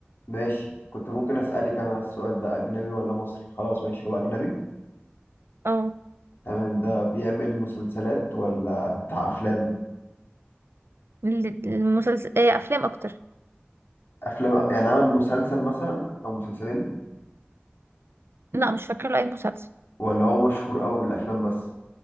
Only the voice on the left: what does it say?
ماشي كنت ممكن اسالك انا السؤال ده اجنبي ولا مصري خلاص ماشي هو اجنبي
تمام ده بيعمل مسلسلات ولا بتاع افلام
افلام يعني عمل مسلسل مثلا او مسلسلين
ولا هو مشهور قوي بالافلام بس